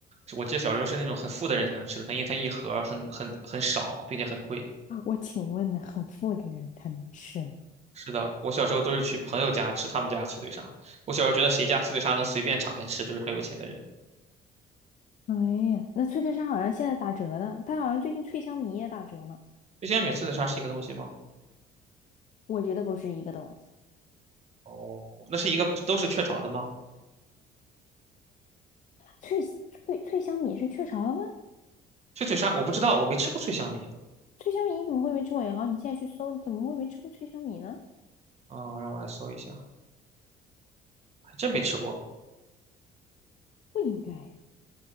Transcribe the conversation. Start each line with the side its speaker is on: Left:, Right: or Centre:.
Right: 我记得小时候是那种很富的人才能吃的，它因为它一盒儿很很很少，并且很贵。
Left: 我请问呢，很富的人才能吃。
Right: 是的，我小时候都是去朋友家吃他们家脆脆鲨。我小时候觉得谁家脆脆鲨能随便敞开吃，就是很有钱的人。
Left: 哎呀，那脆脆鲨好像现在打折呢，它好像最近脆香米也打折呢。
Right: 脆香米脆脆鲨是一个东西吗？
Left: 我觉得不是一个东西，
Right: 哦，那是一个都是雀巢的吗？
Left: 脆脆脆香米是雀巢的吗？
Right: 脆脆鲨我不知道，我没吃过脆香米。
Left: 脆香米你怎么会没吃过？也好，你现在去搜，你怎么会没吃过脆香米呢？
Right: 嗯，让我来搜一下，还真没吃过。
Left: 不应该呀！